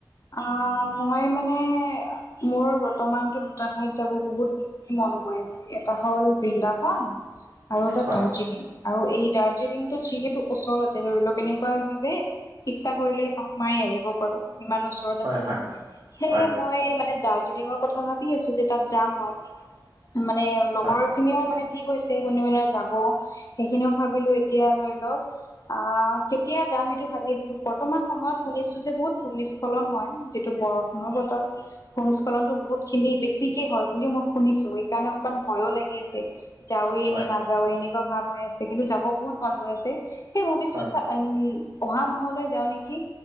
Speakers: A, on the left; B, on the right.
A: অ মই মানে মোৰ বৰ্তমানতো দুটা ঠাইত যাব বহুত বেছি মন গৈ আছে এটা হ'ল বৃন্দাবন আৰু এটা
B: হয়
A: দাৰ্জিলিং। আৰু এই দাৰ্জিলিংটো যিহেতু ওচৰতে ধৰি লওক এনেকুৱা হৈছে যে ইচ্ছা কৰিলে পাক মাৰি আহিব পাৰো ইমান ওচৰত
B: হয়
A: আছে
B: হয়
A: সেয়ে
B: হয়
A: মই মানে দাৰ্জিলিঙৰ কথা ভাবি আছো যে তাত যাম মই মানে লগৰ
B: হয়
A: খিনিও মানে কি কৈছে কোনে কোনে যাব সেইখিনিও ভাবিলো এতিয়া ধৰি লওক অ কেতিয়া যাম সেইটো ভাবি আছো বৰ্তমান সময়ত শুনিছো যে বহুত ভূমিস্খলন হয় যিটো বৰষুণৰ বতৰ। ভূমিস্খলনতো বহুত খিনি বেছিকে হয় বুলি মই শুনিছো সকাৰণে অকমান ভয়ও লাগি আছে। যাৱওৱে
B: হয়
A: নে নাযাওে এনেকুৱা ভাৱ হৈ আছে কিন্তু যাব বহুত মন গৈ আছে সেই ভাবিছো
B: হয়
A: উম অহা মাহলৈ যাওঁ নেকি